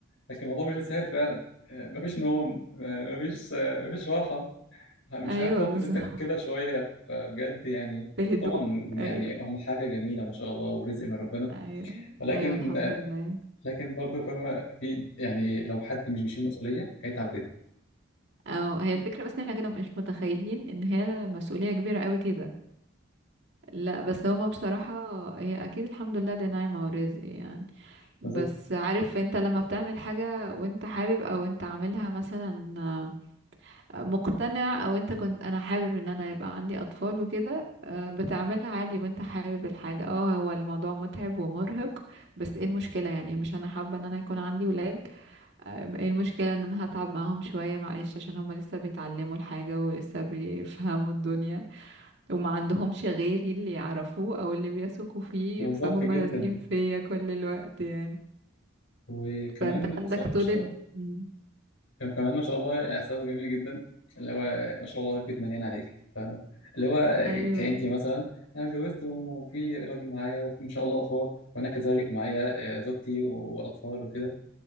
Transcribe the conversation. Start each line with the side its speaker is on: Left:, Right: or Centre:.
Left: لكن الموضوع مش سهل فعلا آه، مفيش نوم آه، مفيش آه، مفيش راحه مش
Right: ايوه
Left: عارف تقعد
Right: بالظبط
Left: كده شوية فبجد يعني
Right: <laughs> بهدوء
Left: طبعا
Right: ايوه
Left: يعني هم حاجة جميلة ما شاء الله ورزق من ربنا
Right: ايوه
Left: ولكن
Right: ايوه الحمد لله
Left: لكن برضه فاهمة في يعني لو حد مش بيشيل مسؤولية هيتعب جدا
Right: او هي الفكرة بس ان احنا كده مش متخيلين ان هي مسؤولية كبيرة قوي كده لا بس هما بصراحة هي اكيد الحمد لله دي نعمة ورزق يعني بس
Left: بالظبط
Right: عارف انت لما بتعمل حاجة وانت حابب او انت عاملها مثلا آه، مقتنع او انت كنت انا حابب ان انا يبقى عندي اطفال وكده آه، بتعملها عادي وانت حابب الحاجة اه هو الموضوع متعب ومرهق بس ايه المشكلة يعني مش انا حابة ان انا يكون عندي ولاد آه، ايه المشكلة ان انا هتعب معاهم شوية معلش عشان هما لسه بيتعلموا الحاجة ولسه بيفهموا الدنيا وما عندهمش غيري اللي يعرفوه او اللي بيثقوا فيه
Left: بالظبط
Right: فهم
Left: جدا
Right: لازقين فيا كل الوقت يعني
Left: وكمان
Right: فانت
Left: بص-
Right: عندك
Left: مش-
Right: طولة مم.
Left: كمان ما شاء الله إحساس جميل جدا اللي هو ما شاء الله البيت مليان عليك فاهمة اللي هو
Right: ايوه
Left: كأنتي مثلا أنا اتجوزت وفي راجل معايا وما شاء الله أطفال وأنا كذلك معايا آه، زوجتي وأطفال وكده